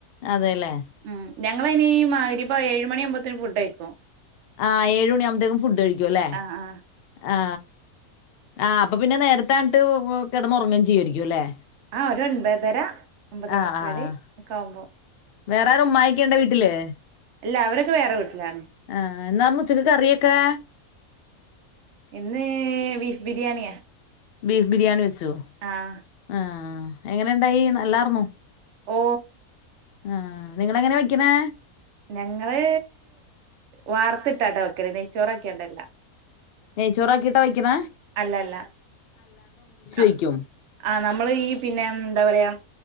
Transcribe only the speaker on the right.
ഉം ഞങ്ങളനി മഹ്‌രി ബ എഴുമണി ആവുമ്പത്തിന് ഫുഡ് കഴിക്കും.
ആഹ് ആഹ്
ആ ഒരു ഒൻപത്തര ഒമ്പതേമുക്കാല്
ഒക്കെ ആവുമ്പോ
ഇല്ല അവരൊക്കെ വേറെ വീട്ടിലാണ്.
ഇന്ന് ബീഫ് ബിരിയാണിയാ
ആഹ്
ഓ
ഞങ്ങള് വാർത്തിട്ടാട്ടാ വെക്കല്ല് നെയ്ച്ചോറാക്കിയണ്ടല്ല.
അല്ല അല്ല ആ
ആ നമ്മള് ഈ പിന്നെ എന്താ പറയാ